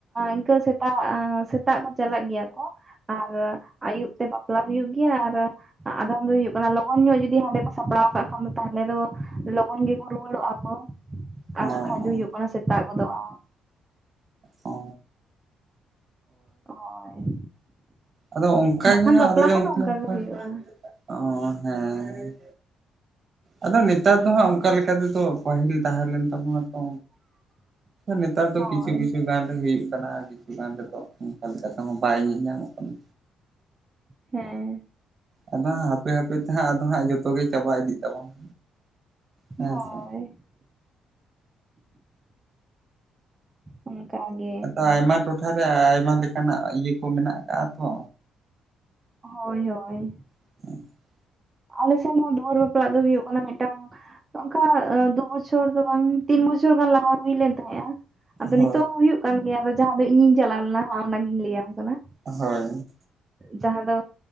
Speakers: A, on the right (about 25°); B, on the right (about 40°).
A: ᱤᱱᱠᱟᱹ ᱥᱮᱛᱟᱜ ᱥᱮᱛᱟᱜ ᱠᱚ ᱪᱟᱞᱟᱜ ᱜᱮᱭᱟ ᱠᱚ ᱟᱨ ᱟᱭᱩᱵ ᱛᱮ ᱵᱟᱯᱞᱟ ᱦᱩᱭᱩᱜ ᱜᱮᱭᱟ ᱟ ᱨ ᱟᱫᱷᱚᱢ ᱫᱚ ᱦᱩᱭᱩᱜ ᱠᱟᱱᱟ ᱞᱚᱜᱚᱱ ᱧᱚᱜ ᱡᱩᱚᱫᱤ ᱦᱟᱸᱰᱮ ᱠᱚ ᱥᱟᱯᱲᱟᱣ ᱠᱟᱜ ᱠᱷᱟᱱ ᱫᱚ ᱛᱟᱦᱚᱞᱮ ᱫᱚ ᱩᱱ ᱜᱮᱠᱚ ᱨᱩᱣᱟᱹᱲᱚᱜᱼᱟ ᱠᱚ
B: ᱚ
A: ᱟᱨ ᱵᱟᱠᱷᱟᱱᱡ ᱫᱚ ᱦᱩᱭᱩᱜ ᱠᱟᱱᱟ ᱥᱮᱛᱟᱜ ᱜᱚᱫᱚᱜᱼᱟ
B: ᱚ
A: ᱦᱳᱭ
B: ᱟᱫᱚ ᱚᱱᱠᱟᱟᱜ
A: ᱵᱟᱠᱷᱟᱱ
B: ᱜᱮ ᱦᱟᱸᱜ
A: ᱵᱟᱯᱞᱟ
B: ᱟᱞᱮ
A: ᱠᱚᱫᱚ
B: ᱚᱱᱛᱮ ᱦᱚᱸ ᱚᱱᱠᱟ
A: ᱜᱮ ᱦᱩᱭᱩᱜᱼᱟ
B: ᱚ ᱦᱮᱸ ᱟᱫᱚ ᱱᱮᱛᱟᱨ ᱫᱚ ᱦᱟᱸᱜ ᱚᱱᱠᱟ ᱞᱮᱠᱟ ᱛᱮᱫᱚ ᱯᱟᱹᱦᱤᱞ ᱛᱟᱦᱮᱸᱞᱮᱱ ᱛᱟᱵᱚᱱᱟ ᱛᱚ
A: <inaudible>
B: ᱱᱮᱛᱟᱨ ᱫᱚ
A: ᱦᱳᱭ
B: ᱠᱤᱪᱩ ᱠᱤᱪᱩ ᱜᱟᱱ ᱨᱮ ᱦᱩᱭᱩᱜ ᱠᱤᱪᱷᱩᱩᱜᱟᱱ ᱨᱮᱫᱚ ᱚᱱᱠᱟ ᱛᱮᱦᱚᱸ ᱵᱟᱭ ᱧᱮᱞ ᱧᱟᱢᱚᱜ ᱠᱟᱱᱟ
A: ᱦᱮᱸ
B: ᱟᱫᱚ ᱦᱟᱜ ᱦᱟᱯᱮ ᱦᱟᱯᱮ ᱛᱮ ᱦᱟᱸᱜ ᱟᱫᱚ ᱦᱟᱸᱜ ᱡᱚᱛᱚᱜ ᱜᱮ ᱪᱟᱵᱟ ᱤᱫᱤᱜ ᱛᱟᱵᱚᱱᱟ ᱦᱮᱸ
A: ᱦᱳᱭ
B: ᱥᱮ
A: ᱚᱱᱠᱟᱜᱮ
B: ᱟᱫᱚ ᱟᱭᱢᱟ ᱴᱚᱴᱷᱟᱨᱮ ᱟᱭᱢᱟ ᱞᱮᱠᱟᱱᱟᱜ ᱤᱭᱟᱹ ᱠᱚ ᱢᱮᱱᱟᱜ ᱠᱟᱜ ᱼ ᱟ ᱛᱚ
A: ᱦᱳᱭ ᱦᱳᱭ
B: <inaudible>
A: ᱟᱞᱮ ᱥᱮᱫᱱᱟᱜ ᱫᱷᱚᱨ ᱵᱟᱯᱞᱟᱜ ᱫᱚ ᱦᱩᱭᱩᱜᱜ ᱠᱟᱱᱟ ᱢᱤᱫᱴᱟᱝ ᱚᱱᱠᱟ ᱫᱩ ᱵᱚᱪᱷᱚᱨ ᱫᱚ ᱵᱟᱝ ᱛᱤᱱ ᱵᱚᱪᱷᱚᱨ ᱜᱟᱱ ᱞᱟᱦᱟ ᱦᱩᱭ ᱞᱮᱱ ᱛᱟᱸᱦᱮᱜᱼᱟ ᱟᱫᱚ
B: ᱦᱳᱭ
A: ᱱᱤᱛᱚᱜ ᱦᱚᱸ ᱦᱩᱭᱩᱜ ᱠᱟᱱ ᱜᱮᱭᱟ ᱟᱫᱚ ᱡᱟᱦᱟᱸ ᱫᱚ ᱤᱧᱤᱧ ᱪᱟᱞᱟᱣ ᱞᱮᱱᱟ ᱚᱱᱟᱜᱤᱧ ᱞᱟᱹᱭᱟᱢ ᱠᱟᱱᱟ
B: ᱦᱳᱭ
A: ᱡᱟᱦᱟᱸ ᱫᱚ